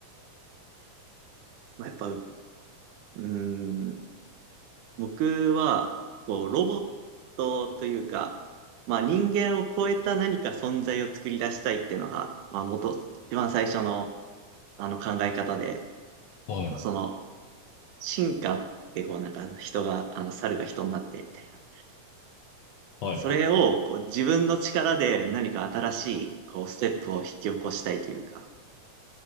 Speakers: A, on the right; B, on the left.
A: まあやっぱ、うん。僕は、こう、ロボットというか、まあ人間を超えた何か存在を作り出したいっていうのが、まあ元、一番最初のあの考え方で、
B: はい。
A: その進化ってこうなんか人が、あの猿が人になってみたいな。
B: はい、
A: それをこう自分の力で何か新しいこうステップを引き起こしたいというか、
B: はい、はい。